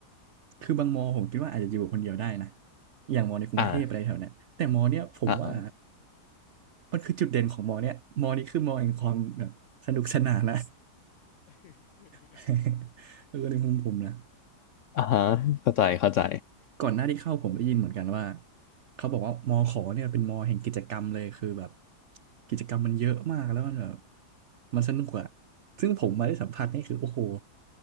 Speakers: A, on the right (about 65°); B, on the left (about 70°).
A: คือบางมอผมคิดว่าอาจจะอยู่คนเดียวได้นะอย่างมอในกรุงเทพอะไรแถวเนี้ยแต่มอเนี่ยผมว่า
B: อ่าอ่า <laughs>
A: มันคือจุดเด่นของมอเนี่ยมอนี้คือมอแห่งความแบบสนุกสนานนะ <laughs> เออในมุมผมนะ
B: อ่า <laughs> ฮะเข้าใจเข้าใจ
A: ก่อนหน้าที่เข้าผมได้ยินเหมือนกันว่าเขาบอกว่ามอขอเนี่ยเป็นมอแห่งกิจกรรมเลยคือแบบกิจกรรมมันเยอะมากแล้วมันแบบมันสนุกอะซึ่งผมมาได้สัมผัสนี่คือโอ้โห